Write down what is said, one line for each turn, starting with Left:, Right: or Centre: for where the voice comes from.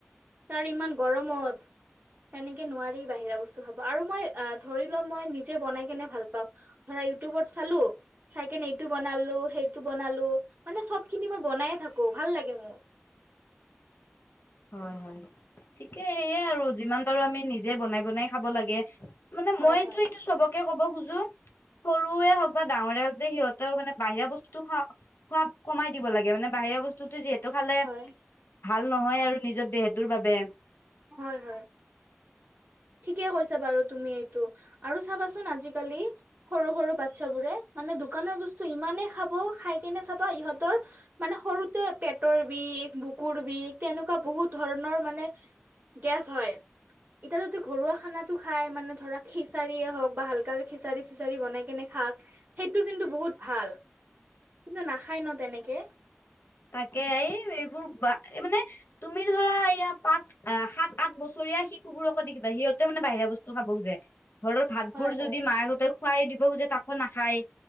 Right: তাৰ ইমান গৰমত- তেনেকে নোৱাৰি বাহিৰা বস্তু খাব আৰু মই অ ধৰি ল মই নি যে বনাই কেনে ভাল পাওঁ ধৰা ইউটিউবত চালো চাইকেনে এইটো বনালো সেইটো বনালো মানে চব খিনি মই বনাইয়ে‌ থাকো ভাল লাগে মোৰ
Left: হয় হয় ঠিকে এইয়া আৰু যিমান পাৰোঁ আমি নিজে বনাই বনাই খাব লাগে। মানে মইতো
Right: হয় হয়
Left: এইটো চবকে ক'ব খোজোঁ। সৰুৱে হওক বা ডাঙৰেই হওক যে সিহঁতেও মানে বাহিৰা বস্তুটো খোৱা খোৱা কমাই দিব লাগে মানে বাহিৰা বস্তু- তো যিহেতু খালে
Right: হয়
Left: ভাল নহয় আৰু নিজৰ দেহটোৰ বাবে-
Right: হয় হয়। ঠিকে কৈছা বাৰু তুমি এইটো আৰু চাবাচোন আজিকালি। সৰু সৰু বাচ্ছাবোৰে মানে দোকানৰ বস্তু ইমানেই খাব খাই কেনে চাবা ইহঁতৰ। মানে সৰুতে পেটৰ বিষ বুকুৰ বিষ তেনেকুৱা বহুত ধৰণৰ মানে। গেছ হয়। এতিয়া যদি ঘৰুৱা খানা খাই মানে ধৰা খিচাৰিয়ে হওঁক বা হাল্কাকে খিচাৰি চিচাৰি বনাই কেনে। খাক সেইটো কিন্তু বহুত ভাল কিন্তু নাখায় ন তেনেকে।
Left: তাকে এই এইবোৰ বা মানে তুমি ধৰা এইয়া পাচ আহ সাত আঠ বছৰীয়া শিশুবোৰকো দেখিবা সিহঁতে মানে বাহিৰা বস্তু খাব খোজে। ঘৰৰ ভাতবোৰ
Right: হয়
Left: যদি
Right: হয়
Left: মাহঁতে খুৱাই দিব খোজে তাকো নাখায়